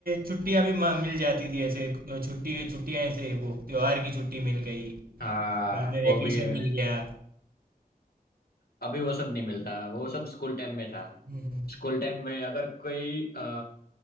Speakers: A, on the right; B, on the left.
A: छुट्टियां भी मा- मिल जाती थी ऐसे छुट्टी छुट्टियां ऐसे वो त्योहार की छुट्टी मिल गई
B: हाँ
A: बाद में
B: वो
A: वैकेशन
B: भी है
A: मिल गया
B: अभी वो सब नहीं मिलता वो सब स्कूल टाइम में था
A: हम्म,
B: स्कूल टाइम में अगर कोई आ,